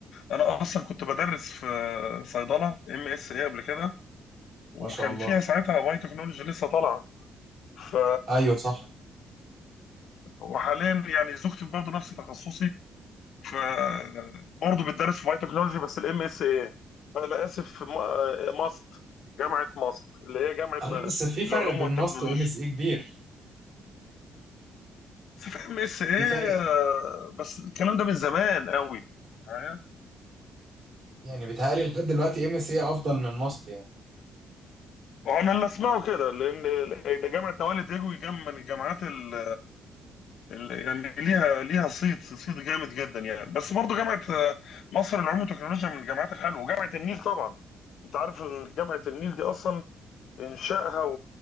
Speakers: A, on the left; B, on the right.
A: انا اصلا كنت بدرس في صيدله ام اس اي قبل كده وكان
B: ما شاء الله
A: فيها ساعتها باي تكنولوجي لسه طالعه ف
B: ايوه صح
A: وحاليا يعني زوجتي برضه نفس تخصصي ف برضه بتدرس في باي تكنولوجي بس الام اس اي انا اسف م- ماست جامعه ماست اللي هي جامعه
B: انا بس في فرق
A: العلوم
B: بين
A: والتكنولوجيا
B: ماست وام اس اي كبير
A: بس في ام اس ايه
B: في فرق
A: آه، بس الكلام ده من زمان قوي معايا
B: يعني بيتهيألي لحد دلوقتي ام سي افضل من ماست يعني
A: وانا اللي اسمعه كده لان لأن جامعه نوال دجوي جام من الجامعات ال- ال- يعني ليها ليها صيت صيت جامد جدا يعني بس برضه جامعه آه، مصر للعلوم والتكنولوجيا من الجامعات الحلوه وجامعه النيل طبعا انت عارف إن جامعه النيل دي اصلا انشائها و...